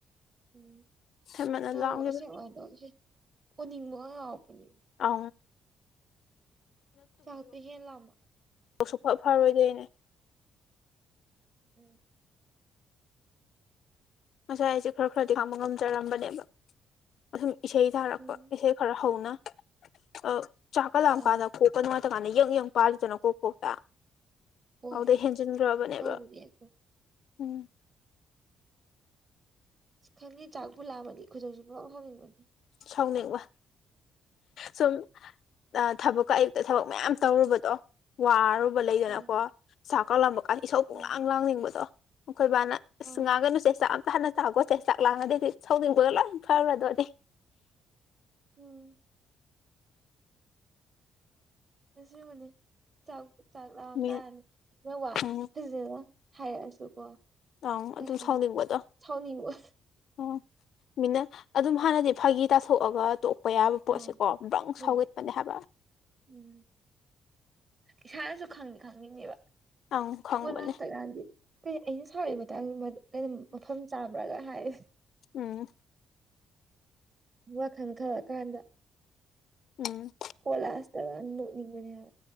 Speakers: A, on the right (about 35°); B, on the left (about 65°).
A: ꯎꯝ
B: ꯍꯦꯟꯃꯟꯅ
A: ꯇꯧ
B: ꯂꯥꯝꯈꯤꯕꯩ
A: ꯑꯁꯦꯡ ꯋꯥꯗꯣ ꯑꯣꯅꯤꯡꯕꯒ ꯍꯥꯎꯕꯅꯦ
B: ꯑ
A: ꯆꯥꯎꯇ ꯍ ꯂꯃ
B: ꯁꯐ ꯐꯔꯣꯏꯗꯦꯅꯦ
A: ꯎꯝ
B: ꯉꯁꯥꯏ ꯑꯩꯁꯦ ꯈꯔ ꯈꯔꯗꯤ ꯈꯥꯡꯕ ꯉꯝꯖꯔꯝꯕꯅꯦꯕ ꯑꯁꯨꯝ ꯏꯁꯩ ꯊꯥꯔꯛꯄ
A: ꯎꯝ
B: ꯏꯁꯩ ꯈꯔ ꯍꯧꯅ ꯑ ꯆꯥꯛꯀ ꯂꯥꯝ
A: ꯑꯥ
B: ꯀꯥꯟꯗ ꯈꯣꯛꯀ ꯅꯨꯡꯉꯥꯏ ꯇ ꯀꯥꯟꯗ ꯌꯪ ꯌꯪ ꯄꯥꯔꯤꯗꯅꯣ ꯀꯣꯛ ꯀꯣꯛꯇ
A: ꯍꯣꯏ
B: ꯑꯗꯨꯗꯩ ꯍꯦꯟꯖꯤꯟꯈ꯭ꯔꯕꯅꯦꯕ
A: ꯇꯧꯕꯅꯦ ꯑꯗꯣ
B: ꯎꯝ
A: ꯈꯉ ꯆꯥꯛꯄ ꯂꯥꯛꯑꯃꯅꯤ ꯈꯨꯗꯛꯁꯨ ꯄꯨꯂꯥꯎꯍꯟꯅꯤꯡꯕꯅꯤ
B: ꯁꯥꯎꯅꯤꯡꯕ ꯁꯨꯝ ꯊꯕꯛꯀ ꯑꯌꯨꯛꯇ ꯊꯕꯛ ꯃꯌꯥꯝ ꯇꯧꯔꯨꯕꯗꯣ ꯋꯥꯔꯨꯕ ꯂꯩꯗꯅꯀꯣ
A: ꯑꯪ
B: ꯆꯥꯛ ꯀꯛꯂꯝꯕ ꯀ ꯏꯁꯧ ꯄꯨꯡꯂꯥꯡ
A: ꯎꯝ
B: ꯂꯥꯡꯅꯤꯡꯕꯗꯣ ꯑꯩꯈꯣꯏꯕꯥꯅ
A: ꯑꯪ
B: ꯁ ꯉꯥꯡꯒꯅꯨꯁꯦ ꯆ ꯆꯥꯟꯅ ꯆꯥꯛꯀꯣꯠꯁꯦ ꯆꯥꯛ ꯂꯥꯡꯉꯗꯩꯗꯤ ꯁꯧꯗꯤꯡꯕꯗ ꯂꯣꯏ ꯐꯔꯗꯣꯅꯦ
A: ꯎꯝ ꯉꯁꯤ ꯎꯅꯦ ꯆ ꯆꯥꯛ ꯂꯥꯡ
B: ꯃꯤ
A: ꯀꯥꯟ ꯋꯥ
B: ꯎꯝ
A: ꯐꯖꯅ ꯍꯥꯏꯔꯛꯑꯁꯨꯀꯣ
B: ꯑꯪ
A: ꯀꯩ
B: ꯑꯗꯨꯝ
A: ꯍꯥꯏꯅꯤ
B: ꯁꯥꯎꯅꯤꯡꯕꯗꯣ
A: ꯁꯥꯎꯅꯤꯡꯕ
B: ꯑ ꯃꯤꯅ ꯑꯗꯨꯝ ꯍꯥꯟꯅꯗꯤ ꯐꯥꯒꯤ ꯇꯥꯊꯣꯛꯑꯒ ꯇꯣꯛꯄ ꯌꯥꯕ ꯄꯣꯠꯁꯦꯀꯣ
A: ꯑꯥ
B: ꯕ꯭ꯔꯪ
A: ꯍꯣꯏ
B: ꯁꯧꯒꯠꯄꯅꯦ ꯍꯥꯏꯕ
A: ꯎꯝ ꯏꯁꯥꯅꯁꯨ ꯈꯪꯅꯤ ꯈꯪꯉꯅꯦꯕ
B: ꯑꯪ ꯈꯪꯕꯅꯦ
A: ꯀꯣꯂꯥꯁꯇꯒꯥꯟ ꯀ ꯑꯩꯅ ꯁꯔꯦ ꯈꯤꯇꯪꯩꯅꯝ ꯃꯐꯝ ꯆꯥꯕ꯭ꯔꯥꯒ ꯍꯥꯏ
B: ꯎꯝ
A: ꯋꯥꯈꯜ ꯈꯥꯔꯀꯥꯟꯗ
B: ꯎꯝ
A: ꯀꯣꯂꯥꯁꯇꯔ ꯅꯤꯡꯕꯅꯦꯦ